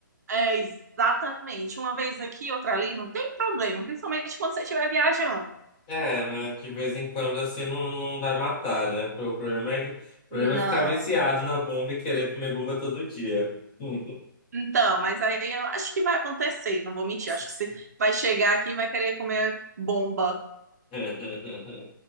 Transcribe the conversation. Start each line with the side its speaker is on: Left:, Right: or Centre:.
Right: é exatamente, uma vez aqui, outra ali, não tem problema, principalmente quando você estiver viajando.
Left: É, né, de vez em quando assim não, não vai matar, né? O problema é, que- o problema
Right: Não.
Left: é ficar viciado na bomba e querer comer bomba todo dia. <laughs>
Right: Então, mas aí eu acho que vai acontecer, não vou mentir,
Left: Se
Right: acho
Left: você
Right: que você
Left: quer.
Right: vai chegar aqui e vai querer comer bomba
Left: <laughs>